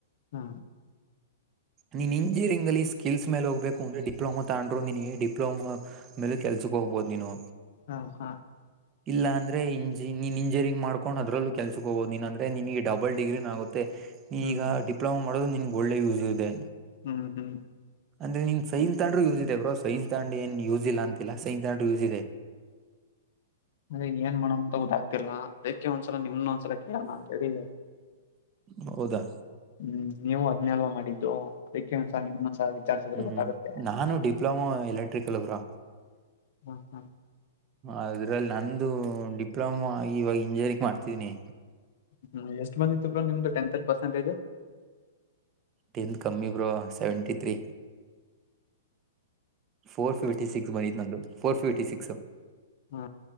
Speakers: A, on the left; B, on the right.
A: ಹ್ಮ
B: ನೀನ್ ಇಂಜಿನಿಯರಿಂಗ್ ಅಲ್ಲಿ ಸ್ಕಿಲ್ಸ್ ಮೇಲೆ ಹೋಗ್ಬೇಕು ಅಂದ್ರೆ ಡಿಪ್ಲೊಮಾ ತಗೊಂಡ್ರುಿನಗೆ ಡಿಪ್ಲೋಮಾ ಮೇಲೆ ಕೆಲ್ಸಕ್ಕೆ ಹೋಗ್ಬಹದು ನೀನು
A: ಹ ಹಾ
B: ಇಲ್ಲ ಅಂದ್ರೆ ಇಜಿನ್ ಇಂಜಿನಿಯರಿಂಗ್ ಮಾಡ್ಕೊಂಡ ಅದ್ರಲ್ಲೂ ಕೆಲ್ಸಕ್ ಹೋಗಬೋದು ನೀನ್ಂದ್ರೆ ನಿನ್ ಬಲ್ ಡಿಗ್ರಿಿನ ಆಗುತ್ತೆ <unintelligible> <unintelligible> ಮತ್ತೆ
A: ಹ್ಮ್
B: ಈಗ ಡಿಪ್ಲೊಮಾ ಮಾಡೋದು ನಿನ್ಗೆ ಒಳ್ಳೆ ಯೂಸ್ ಇದೆ
A: ಹ್ಮ್ ಹ್ಮ್
B: ಅಂದ್ರೆ ನಿನ್ ಸೈನ್ಸ್ ತಂಡ್ರು ಯೂ ಇದೆ ಬ್ರೋ ಸೈನ್ಸ್ ತಾಂಡ್ ಏನ್ ಯೂಸ್ ಇಲ್ಲ ಅಂತಿಲ್ಲಾ ಸೈನ್ಸ್ ತಾಂಡ್ರರು ಯೂಸ್ ಇದೆ
A: <inaudible> ಅದೇ ಏನ್ ಮಾಡೋಂತ ಗದಾಗ್ತಿರ್ಲ್ಲಾ ಅದಕ್ಕೆ ಒಂದ್ಸಲ ನಿಮ್ನು ಒಂದ್ಸಲ ಕೇಳೋಣ ಅನಂತೆಲಿ <unintelligible>
B: ಹೌದಾ
A: ಹ್ಮ್ ನೀವು ಹದ್ನಲ್ವ ಮಾಡಿದ್ದು ಅದಕ್ಕೇ ಸ ನಿಮ್ಮ ಸ ವಿಚಾರಿಸಿದ್ರೆ
B: ಹ್ಮ್
A: ಗೊತ್ತಾಗುತ್ತೆ
B: ನಾನು ಡಿಪ್ಲೊಮ ಎಲೆಕ್ಟ್ರಿಕಲ್ ಬ್ರೋ
A: ಹ್ಮ ಹ್ಮ
B: ಅದ್ರಲ್ಲಿ ನಂದು ಡಿಪ್ಲೊಮಾ ಆಗಿ ಇವಾಗ ಇಂಜಿನಿಯರಿಂಗ್ ಮಾಡ್ತಿದೀನಿ
A: ಹ್ಮ್ ಎಷ್ಟ್ ಬಂದಿತ್ತುವ್ರ ನಿಮ್ದು ಟೆಂತ್ ಅಲ್ಲಿ ಪರ್ಸೆಂಟೇಜ್
B: ಟೆಂತ್ ಕಮ್ಮಿ bro seventy three four fifty six ಬರೀತ್ ನಂದು ಫೋರ್ ಫಿಫ್ಟಿ ಸಿಕ್ಸ್
A: ಹ್ಮ